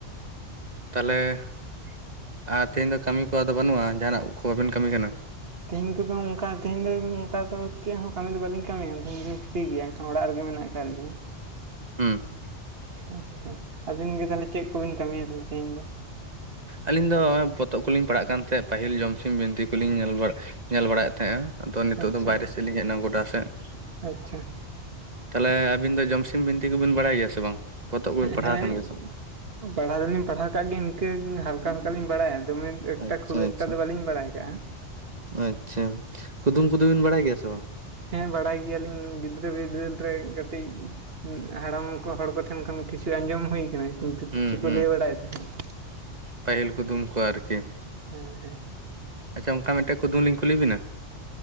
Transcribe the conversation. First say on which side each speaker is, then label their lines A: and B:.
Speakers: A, on the right; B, on the right.
A: ᱛᱟᱦᱚᱞᱮ <inaudible> ᱟᱨ ᱛᱮᱦᱤᱧ ᱫᱚ ᱠᱟᱹᱢᱤ ᱠᱚ ᱟᱫᱚ ᱵᱟᱹᱱᱩᱜᱼᱟ ᱡᱟᱦᱟᱱᱟᱜ ᱠᱚ ᱵᱟᱵᱮᱱ ᱠᱟᱹᱢᱤ ᱠᱟᱱᱟ?
B: ᱛᱤᱦᱤᱧ ᱠᱚᱫᱚ ᱚᱱᱠᱟ ᱛᱮᱦᱤᱧ ᱫᱚ ᱚᱱᱠᱟ ᱫᱚ ᱪᱮᱫ ᱦᱚᱸ ᱠᱟᱹᱢᱤ ᱫᱚ ᱵᱟᱹᱞᱤᱧ ᱠᱟᱹᱢᱤᱭᱟ ᱛᱮᱦᱮᱧ ᱴᱷᱤᱠ ᱜᱮᱭᱟ ᱮᱱᱠᱷᱟᱱ ᱚᱲᱟᱜ ᱨᱮᱜᱮ ᱢᱮᱱᱟᱜ ᱟᱠᱟᱫ ᱞᱤᱧᱟ ᱾
A: ᱦᱮᱸ ᱾
B: ᱟᱪᱪᱷᱟ, ᱟᱹᱵᱤᱱ ᱜᱮ ᱛᱟᱦᱚᱞᱮ ᱪᱮᱫ ᱠᱚᱵᱤᱱ ᱠᱟᱹᱢᱤᱭᱟ ᱛᱟᱦᱚᱞᱮ ᱛᱮᱦᱮᱧ ᱫᱚ?
A: ᱟᱹᱞᱤᱧ ᱫᱚ ᱱᱚᱜᱚᱭ ᱯᱚᱛᱚᱵ ᱠᱚᱞᱤᱧ ᱯᱟᱲᱦᱟᱜ ᱠᱟᱱ ᱛᱟᱦᱮᱸᱫ ᱯᱟᱹᱦᱤᱞ ᱡᱚᱢᱥᱤᱢ ᱵᱤᱱᱛᱤ ᱠᱚᱞᱤᱧ ᱧᱮᱞ ᱧᱮᱞ ᱵᱟᱲᱟᱭᱮᱫ ᱛᱟᱦᱮᱸᱫᱼᱟ ᱾ ᱟᱫᱚ ᱱᱤᱛᱳᱜ
B: ᱟᱪᱪᱷᱟ
A: ᱫᱚ ᱵᱟᱭᱨᱮ ᱥᱮᱫ ᱞᱤᱧ ᱦᱮᱡ ᱮᱱᱟ ᱜᱚᱰᱟ ᱥᱮᱫ ᱾
B: ᱟᱪᱪᱷᱟ ᱾
A: <inaudible> ᱛᱟᱦᱞᱮ ᱟᱹᱵᱤᱱ ᱫᱚ ᱡᱚᱢᱥᱤᱢ ᱵᱤᱱᱛᱤ ᱠᱚᱵᱤᱱ ᱵᱟᱲᱟᱭ ᱜᱮᱭᱟ ᱥᱮ ᱵᱟᱝ? ᱯᱚᱛᱚᱵ ᱠᱚᱵᱤᱱ ᱯᱟᱲᱦᱟᱣ
B: ᱦᱮᱸ
A: ᱟᱠᱟᱱ ᱜᱮᱭᱟ ᱥᱮ ᱵᱟᱝ?
B: ᱯᱟᱲᱦᱟᱣ ᱫᱚᱞᱤᱧ ᱯᱟᱲᱦᱟᱣ ᱟᱠᱟᱜ ᱜᱮ ᱤᱱᱠᱟᱹ ᱦᱟᱞᱠᱟ ᱦᱟᱞᱠᱟ ᱞᱤᱧ ᱵᱟᱲᱟᱭᱟ ᱫᱚᱢᱮ ᱮᱠᱴᱟ
A: ᱟᱪᱪᱷᱟ
B: ᱠᱷᱩᱵ ᱮᱠᱴᱟ
A: ᱟᱪᱪᱷᱟ
B: ᱫᱚ ᱵᱟᱟᱹᱞᱤᱧ ᱵᱟᱲᱟᱭ ᱟᱠᱟᱜᱼᱟ᱾
A: ᱟᱪᱪᱷᱟ ᱠᱩᱫᱩᱢ ᱠᱩᱫᱩ ᱵᱤᱱ ᱵᱟᱲᱟᱭ ᱜᱮᱭᱟ ᱥᱮ ᱵᱟᱝ?
B: ᱦᱮᱸ ᱵᱟᱲᱟᱭ ᱜᱮᱭᱟ ᱞᱤᱧ ᱜᱤᱫᱽᱨᱟᱹ ᱵᱤᱫᱟᱹᱞ ᱨᱮ ᱠᱟᱹᱴᱤᱡ ᱦᱟᱲᱟᱢ ᱠᱚ ᱦᱚᱲ ᱠᱚᱴᱷᱮᱱ ᱠᱷᱚᱱ ᱠᱤᱪᱷᱩ ᱟᱸᱡᱚᱢ ᱦᱩᱭ ᱟᱠᱟᱱᱟ, ᱠᱤᱱᱛᱩ
A: ᱦᱩᱸ
B: ᱠᱤᱪᱷᱩ
A: ᱦᱩᱸ
B: ᱠᱚ ᱞᱟᱹᱭ ᱵᱟᱲᱟᱭᱮᱫ ᱛᱟᱦᱮᱸᱫ᱾
A: ᱯᱟᱹᱦᱤᱞ ᱠᱩᱫᱩᱢ ᱠᱚ ᱟᱨᱠᱤ
B: ᱦᱮᱸ ᱦᱮᱸ
A: ᱟᱪᱪᱷᱟ ᱚᱱᱠᱟ ᱢᱤᱫᱴᱮᱱ ᱠᱩᱫᱩᱢ ᱞᱤᱧ ᱠᱩᱞᱤ ᱵᱮᱱᱟ᱾